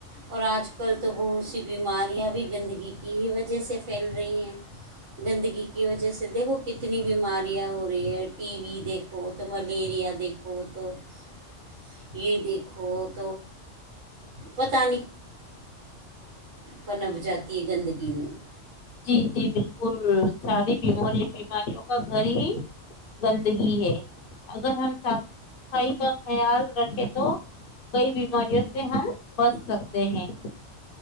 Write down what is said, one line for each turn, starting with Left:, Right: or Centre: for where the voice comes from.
Right: اور آج کل تو بہت سی بیماریاں بھی گندگی کی ہی وجہ سے پھیل رہی ہیں گندگی <unintelligible> کی وجہ سے دیکھو کتنی بیماریاں ہو رہی ہیں ٹی وی دیکھو تو ملیریا دیکھو تو <unintelligible> یہ دیکھو <inaudible> پتہ فنب جاتی ہے گندگی میں <inaudible>
Left: جی جی بالکل ساری <inaudible> یہ بیماریوں کا گھر ہی گندگی ہے اگر ہم صاف صفائی کا خیال رکھے تو کئی بیماریوں سے ہم بچ سکتے ہیں <inaudible>